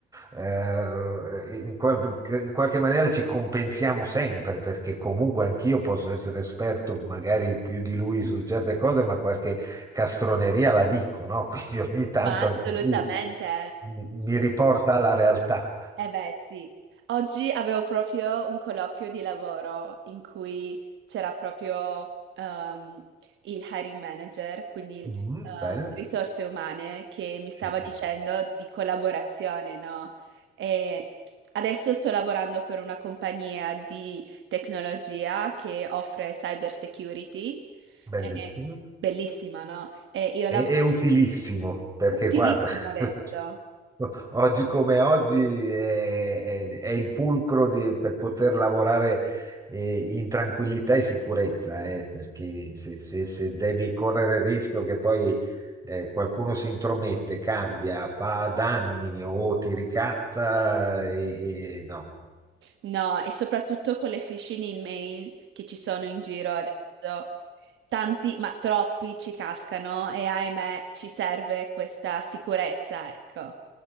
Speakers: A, on the right (about 15°); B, on the right (about 75°).
A: eh, in, qual- in qualche maniera ci compensiamo sempre, perché comunque anch'io posso essere esperto magari più di lui su certe cose, ma qualche castroneria la dico, no? <laughs> Quindi ogni tanto
B: Ma
A: anche
B: assolutamente.
A: lui mi, mi riporta alla realtà.
B: Eh beh, sì. Oggi avevo proprio un colloquio di lavoro in cui c'era proprio ehm, il hiring manager, quindi il,
A: Mm,
B: eh,
A: bello,
B: risorse umane, che mi
A: sì,
B: stava
A: sì,
B: dicendo di collaborazione, no? E s- adesso sto lavorando per una compagnia di tecnologia che offre cyber security.
A: bellissimo
B: È bellissima, no? E io
A: e,
B: lavoro
A: e utilissimo, perché
B: utilissimo
A: guarda. <laughs>
B: adesso.
A: Oggi come oggi è, è- è il fulcro di- per poter lavorare eh, in tranquillità e sicurezza, eh, perché se, se- se devi correre il rischio che poi eh, qualcuno si intromette, cambia, fa danni o ti ricatta, e, e no.
B: No, e soprattutto con le phishing email che ci sono in giro adesso, tanti, ma troppi ci cascano e ahimè ci serve questa sicurezza, ecco.